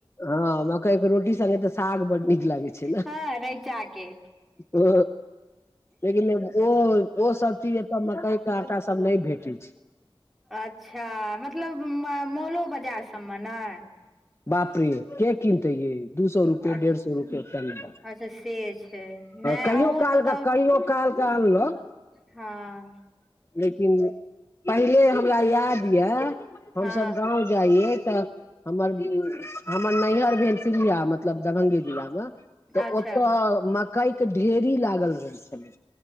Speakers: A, on the left (about 30°); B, in the centre.
A: हँ मकइके रोटी सङ्गे तऽ साग बड्ड नीक लागै छै ने
B: हँ रैचा के
A: ओ लेकिन ओ ओ सब चीज एतय मकई के आटा सब नहि भेटै छै
B: अच्छा मतलब मॉलो बाजार सभमे नै
A: बाप रे के किनते ये दू सौ रूपए
B: अच्छा
A: डेढ़ सौ रुपए लेब
B: अच्छा से छै नहि
A: कहियो
B: अहूँ
A: काल
B: तऽ तब
A: कहियो कालके आनलो
B: हँ
A: लेकिन पहिले हमरा याद यऽ हमसभ
B: हँ
A: गाँव जाइए तऽ हमर हमर नैहर भेल सिया मतलब दरभंगे जिला मे तऽ
B: अच्छा
A: ओतऽ कैक ढेरी लागल रहै छलै